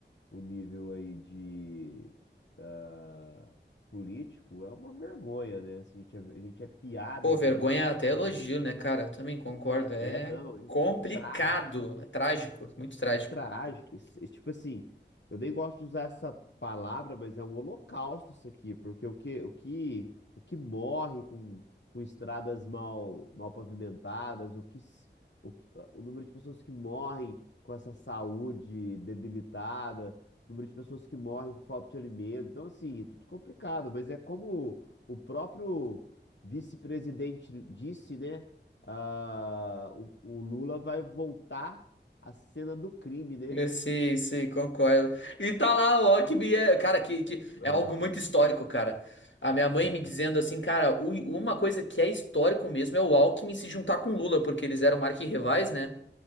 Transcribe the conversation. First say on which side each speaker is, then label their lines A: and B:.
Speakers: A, on the left (about 70°); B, on the left (about 80°).
A: o nível aí de ah, político é uma vergonha, né? Assim, a gente é, a gente é piada
B: Pô,
A: internacional.
B: vergonha é até elogio, né, cara? Eu também concordo. É
A: É, não, é,
B: complicado.
A: é trágico.
B: É trágico. Muito trágico.
A: é trágico. Isso- isso, tipo assim, eu nem gosto de usar essa palavra, mas é um holocausto isso aqui, porque o que, o que, o que morre com, com estradas mal, mal pavimentadas, o que, se- o que, ah, o número de pessoas que morrem com essa saúde debilitada, o número de pessoas que morrem por falta de alimento. Então, assim, é tudo complicado, mas é como o próprio vice-presidente disse, né? Ah, o o Lula vai voltar a cena do crime, né?
B: Eu, Sim, sim, concordo. E tá lá o Alckmin, é, cara, que, que
A: Ah,
B: é algo muito histórico, cara. A minha mãe
A: É,
B: me dizendo assim, cara, u- uma coisa que é histórico mesmo é o Alckmin se juntar com o Lula, porque eles eram arquirrivais, né?